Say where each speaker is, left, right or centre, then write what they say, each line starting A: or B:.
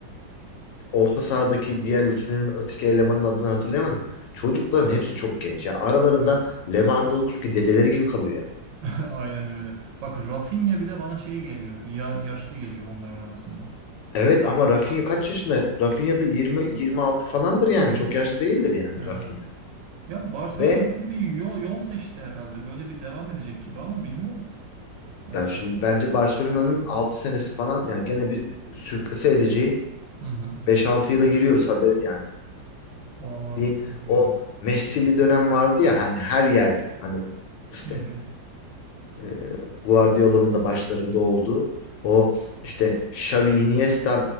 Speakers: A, on the left (about 80°); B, on the right (about 80°).
A: orta sahadaki diğer üçlünün öteki elemanın adını hatırlayamadım. Çocukların hepsi çok genç. Ya aralarında
B: Evet.
A: Lewandowski dedeleri gibi kalıyor ya.
B: <laughs> Aynen öyle. Bak Rafinha bile bana şey geliyor. Ya yaşlı geliyor onların arasında.
A: Evet ama Rafinha kaç yaşında? Rafinha da 20 26 falandır yani.
B: Evet.
A: Çok yaşlı değildir yani
B: Evet.
A: Rafinha.
B: Ya Barcelona
A: Ve
B: böyle bir yol, yol seçti herhalde. Böyle bir devam edecek gibi ama bilmiyorum. Hani
A: ya şimdi bence Barcelona'nın 6 senesi falan yani gene bir sürklese edeceği
B: hı hı.
A: Beş altı yıla giriyoruz haber yani.
B: Vallahi
A: Bir
B: bilmiyorum.
A: o Messi'li dönem vardı ya hani her yerde. Hani işte
B: Hı hı.
A: e, Guardiola'nın da başlarında olduğu o işte Xavi, Iniesta,